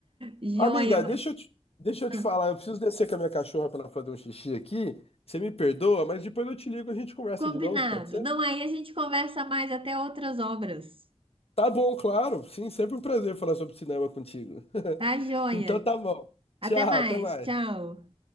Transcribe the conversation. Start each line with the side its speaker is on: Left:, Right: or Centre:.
Right: Joia.
Left: Amiga,
Right: mas-
Left: deixa eu te, deixa eu
Right: ah,
Left: te falar, eu preciso descer com a minha cachorra para ela fazer um xixi aqui. Você me perdoa, mas depois eu te ligo e a gente conversa
Right: Combinado.
Left: de novo, pode ser?
Right: Não, aí a gente conversa mais até outras obras.
Left: Tá bom, claro. Sim, sempre um prazer falar sobre cinema contigo. <laughs>
Right: Tá, joia?
Left: Então tá bom.
Right: Até
Left: Tchau,
Right: mais.
Left: até mais.
Right: Tchau.